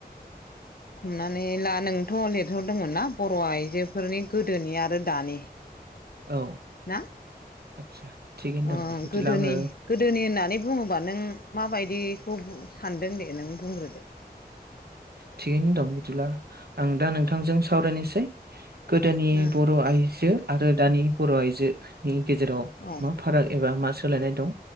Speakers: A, on the left; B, on the right.
A: हमनानै ला नोंथ' लिरहरदोंमोनना बर' आइजोफोरनि गोदोनि आरो दानि।
B: औ।
A: ना
B: आदसा थिगैनो
A: अ
B: दं दे बिदिब्ला
A: गोदोनि
B: आङो
A: गोदोनि होननानै बुङोबा नों। माबायदिखौ बु सानदों दे नों बुंग्रोदो।
B: थिगैनो दं बिदिब्ला आं दा नोंथांजों सावरायनोसै। गोदोनि
A: ओ
B: बर' आइजो आरो दानि बर' आइजोनि गेजेराव
A: औ
B: मा। फाराग एबा मा सोलायनाय दं